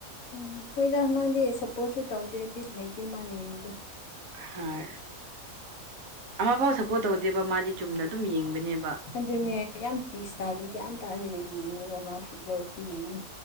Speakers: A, on the left (about 70°); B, on the right (about 70°).
A: ꯎꯝ ꯍꯣꯏꯗ ꯃꯥꯗꯤ ꯁꯞꯄꯣꯔꯠꯁꯨ ꯇꯧꯗꯦ ꯕꯤꯠ ꯂꯩꯇꯦ ꯃꯥꯅ ꯌꯦꯡꯕꯗꯨ
B: ꯍꯣꯏ ꯑꯃ ꯐꯥꯎ ꯁꯞꯄꯣꯔꯠ ꯇꯧꯗꯦꯕ ꯃꯥꯗꯤ ꯆꯨꯝꯅ ꯑꯗꯨꯝ ꯌꯦꯡꯕꯅꯦꯕ
A: ꯑꯗꯨꯅꯦ ꯌꯥꯝ ꯄꯤꯁ <unintelligible> ꯇꯥꯗꯅ ꯒ꯭ꯌꯥꯟ ꯇꯥꯅꯒ ꯌꯦꯡꯉꯦꯕ ꯃꯥ ꯐꯨꯠꯕꯣꯜ ꯈꯨ ꯌꯦꯡꯗꯣ